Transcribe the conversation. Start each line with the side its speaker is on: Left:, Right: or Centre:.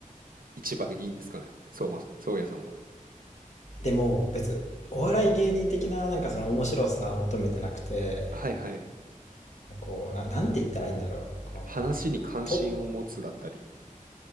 Right: 一番いいんですかね、そうま、そうやさんは。
Left: でも、別に、お笑い芸人的な、なんかその面白さを求めてなくて、
Right: はいはい。
Left: こう、な、なんて言ったらいいんだろう。こう、
Right: 話に関心を持つだったり。
Left: と、